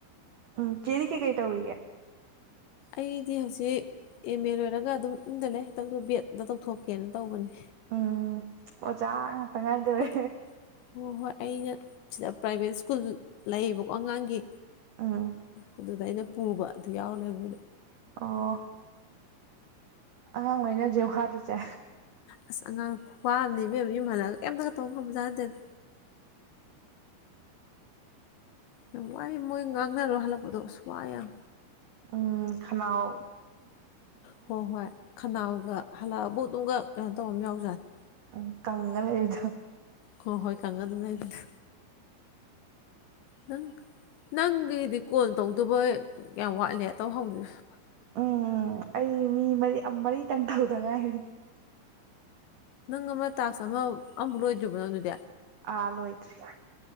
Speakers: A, on the right (about 85°); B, on the left (about 75°).
A: ꯎꯝ ꯆꯦꯗꯤ ꯀꯩ - ꯀꯩ ꯇꯧꯔꯤꯒꯦ?
B: ꯑꯩꯗꯤ ꯍꯧꯖꯤꯛ ꯑꯦꯝ ꯑꯦ ꯂꯣꯏꯔꯒ ꯑꯗꯨꯝ ꯌꯨꯝꯗ ꯂꯩ ꯕꯦꯗ ꯇꯧꯊꯣꯛꯀꯦꯅ ꯇꯧꯕꯅꯦ꯫
A: ꯎꯝ ꯑꯣꯖꯥ ꯇꯉꯥꯏꯗꯧꯔꯦ
B: ꯑꯗꯨ ꯍꯣꯏ ꯍꯣꯏ ꯑꯩꯅ ꯁꯤꯗ ꯄ꯭ꯔꯥꯏꯚꯦꯠ ꯁ꯭ꯀꯨꯜ ꯂꯩꯌꯦꯕꯀꯣ ꯑꯉꯥꯡꯒꯤ
A: ꯎꯝ
B: ꯑꯗꯨꯗꯩꯅ ꯄꯨꯕ ꯑꯗꯨ ꯌꯥꯎꯂꯦ ꯃꯣꯏꯗ
A: ꯑꯣ꯫ ꯑꯉꯥꯡꯈꯩꯅ ꯍꯧꯖꯤꯛ ꯍꯥꯗꯨꯁꯦ
B: ꯑꯁ ꯑꯉꯥꯡ ꯋꯥꯕꯅꯦꯕꯦꯝꯕ ꯌꯨꯝꯍꯜꯂꯒ ꯀꯩꯝꯇꯒ ꯇꯧꯕ ꯉꯝꯕꯖꯠ ꯅꯥꯠꯇꯦꯗꯥ꯫ ꯋꯥꯃ ꯋꯥꯌꯦ ꯃꯣꯌ ꯉꯥꯛꯅꯔꯣ ꯍꯜꯄꯗ ꯑꯥꯁ ꯋꯥꯥꯏ ꯌꯥꯝ꯫
A: ꯎꯝ ꯈꯅꯥ ꯑꯣ
B: ꯍꯣ ꯍꯣꯏ ꯈꯅꯥꯎꯒ ꯍꯜꯂꯛꯑꯕꯧ ꯑꯗꯨꯝꯒ ꯀꯩꯅꯣ ꯇꯧꯕꯝꯃ ꯌꯥꯎꯖꯥꯠꯅꯤ
A: ꯎꯝ ꯀꯪꯉꯥ ꯂꯩꯕꯗꯣ
B: ꯍꯣ ꯍꯣꯏ ꯀꯪꯉꯥ ꯑꯗꯨꯝ ꯂꯩ ꯕꯗꯣ ꯅꯪ ꯅꯪꯒꯤꯗꯤ ꯀꯣꯜ ꯇꯧꯗꯧꯕ ꯀꯌꯥꯝ ꯋꯥꯠꯂꯤ ꯇꯧꯍꯧꯗꯔꯤ
A: ꯎꯝ ꯎꯝ ꯑꯩ ꯃꯤ ꯃꯔꯤ ꯑ ꯃꯔꯤ ꯈꯤꯇꯪ ꯇꯧꯗ ꯉꯥꯏꯔꯤ
B: ꯅꯪ ꯑꯃ ꯇꯥꯛꯁ ꯑꯃ ꯑꯝꯕꯨꯛ ꯂꯣꯏꯗ꯭ꯔꯤꯕ ꯅꯪ ꯑꯗꯨꯗꯤ
A: ꯑꯥ ꯂꯣꯏꯗ꯭ꯔꯤ